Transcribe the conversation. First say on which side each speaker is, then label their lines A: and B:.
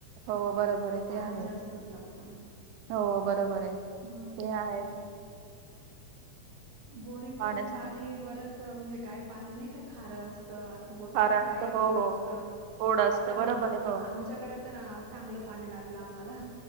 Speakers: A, on the right; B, on the right.
A: हो बरोबर आहे.
B: पाणी
A: ते आहे
B: जास्तच लागतं.
A: हो बरोबर आहे ते
B: हम्म.
A: आहे.
B: बोरिंगचं
A: पाण्याचा
B: पण पाणी बरंच म्हणजे काही पाणी नाही का खारं असत. अस बोलता
A: खार
B: ना
A: असतं
B: काही गोड
A: हो
B: असत
A: हो गोड असतं
B: पण
A: बरोबर
B: आमच्याकडे
A: आहे हो
B: तर चांगलं पाणी लागलं आम्हाला.